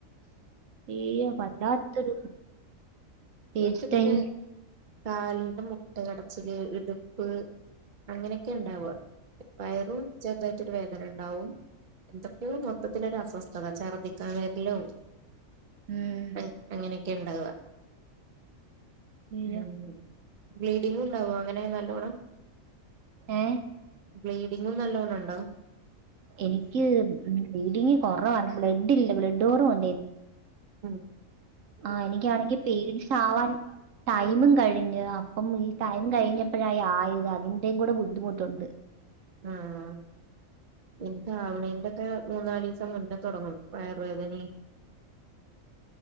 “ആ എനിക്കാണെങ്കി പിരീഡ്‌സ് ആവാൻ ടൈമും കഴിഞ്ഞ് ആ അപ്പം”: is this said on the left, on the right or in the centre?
Right